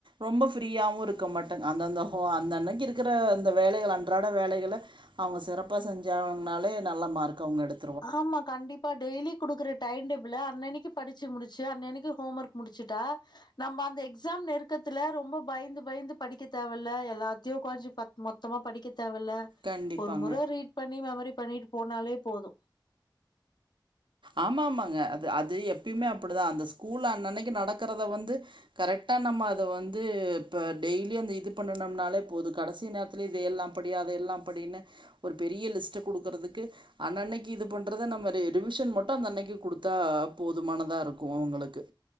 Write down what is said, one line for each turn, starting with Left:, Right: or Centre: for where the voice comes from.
Right: ரொம்ப ஃப்ரீயாவு இருக்க மாட்ட அந்தந்த ஆ அந்த அன்னைக்கு இருக்கிற அந்த வேலைகள் அன்றாட வேலைகள அவங்க சிறப்பா செஞ்சாங்கனாலே நல்ல மார்க் அவங்க எடுத்
Left: ஆமா கண்டிப் இப்ப டெய்லி குடுக்குற டைம் டேபிள அன்னன்னைக்கி படிச்சு முடிச்சு அன்னன்னைக்கி ஹோம் ஒர்க் முடிச்சுட்டா நம்ம அந்த எக்ஸாம் நெருக்கத்துல ரொம்ப பயந்து பயந்து படிக்க தேவல்ல எல்லாத்தையு உக்காஞ்சி பத் மொத்தமா படிக்க தேவல்ல
Right: கண்டிப்பாங்க
Left: ஒரு முற ரீட் பண்ணி மெமரி பண்ணிட்டு போனாலே போது
Right: ஆமாமாங்க அது அது எப்பயுமே அப்படிதா அந்த ஸ்கூல் அன்னன்னைக்கு நடக்கறத வந்து கரெக்டா நம்ம அத வந்து இப்ப டெய்லி அந்த இது பண்ணுனம்னாலே போது கடைசி நேர ல இது எல்லா படி அது எல்லா படின்னு ஒரு பெரிய லிஸ்ட்டு குடுக்குறதுக்கு அன்னன்னைக்கு இது பண்றத நம்ம ரி ரிவிஷன் மட் டு அந்தன்னைக்கு குடுத்தா போதுமானதா இருக்கு அவங்களுக்கு